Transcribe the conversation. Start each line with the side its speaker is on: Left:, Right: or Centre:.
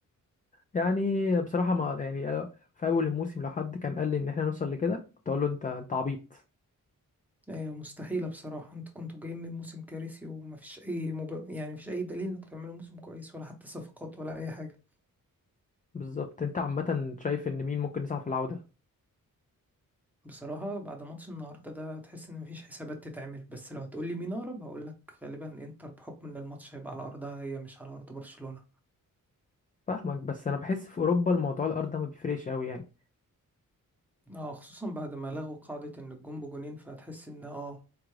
Left: يعني بصراحة ما يعني آه، في اول الموسم لو حد كان قال لي ان احنا نوصل لكده كنت اقول له انت انت عبيط
Centre: لا هي مستحيلة بصراحة انتوا كنتوا جايين من موسم كارثي ومفيش أي مب... يعني مفيش أي دليل انكم تعملوا موسم كويس ولا حتى صفقات ولا أي حاجة
Left: بالظبط انت عامة شايف ان مين ممكن يصعد في العودة
Centre: بصراحة بعد ماتش النهاردة ده تحس إن مفيش حسابات تتعمل بس لو هتقولي مين أقرب هقولك غالبا إنتر بحكم إن الماتش هيبقى على أرضها هي مش على أرض برشلونة
Left: فاهمك بس انا بحس في اوروبا الموضوع الارض ده ما بيفرقش قوي يعني
Centre: اه خصوصا بعد ما لغوا قاعدة إن الجون بجونين فهتحس إن اه